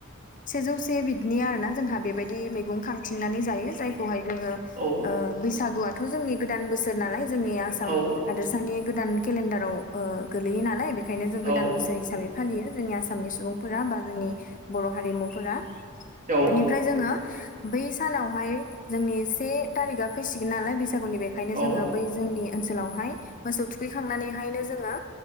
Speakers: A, on the left; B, on the right.
A: सेजौसे बिदिनि आरोना जोंहा बे बेबायदि मैगं खांथिंनानै जायो जायखौहाय जोङो
B: औ
A: ओ बैसागुआथ' जोंनि गोदान बोसोर नालाय जोंनि आसाम
B: औ
A: हादोरसानि गोदान केलेन्डाराव गोलैयो नालाय बेखायनो जों
B: औ
A: गोदान बोसोर हिसाबै फालियो जोंनि आसामनि सुबुंफोरा बा जोंनि बर' हारिमुफोरा
B: औ
A: बेनिफ्राय जोङो बै सानावहाय जोंनि से थारिकआ फैसिगोन नालाय बैसागुनि बे ओंखायनो
B: औ
A: जोङो बै जोंनि ओनसोलावहाय मोसौ थुखैखांनानैहायनो जोङो